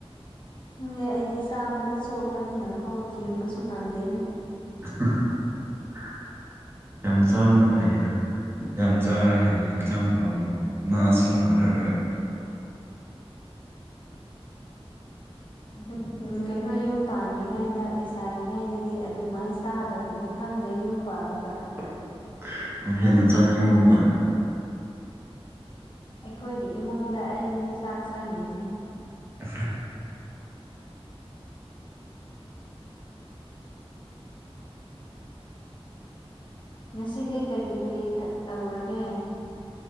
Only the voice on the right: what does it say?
<unintelligible> ꯌꯥꯝ ꯆꯥꯕꯅ ꯐꯩꯌꯦꯗ ꯌꯥꯝ ꯆꯥꯔ ꯍꯦꯟꯅ ꯍꯛꯆꯥꯡ ꯐꯕꯅꯤ ꯥꯅꯥꯁꯨ ꯅꯥꯔꯔꯣꯏ
<unintelligible> ꯑꯣ
ꯍꯦꯟꯅ ꯆꯥꯅꯤꯡꯕꯀꯣ
<unintelligible>